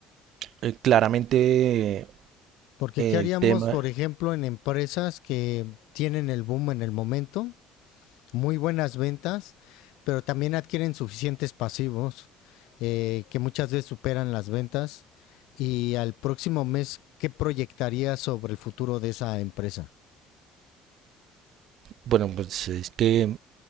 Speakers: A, on the right; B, on the left.
A: eh, claramente eh,
B: Porque ¿qué haríamos,
A: el tema,
B: por ejemplo, en empresas que tienen el boom en el momento, muy buenas ventas, pero también adquieren suficientes pasivos eh, que muchas veces superan las ventas? Y al próximo mes, ¿qué proyectaría sobre el futuro de esa empresa?
A: bueno, pues es que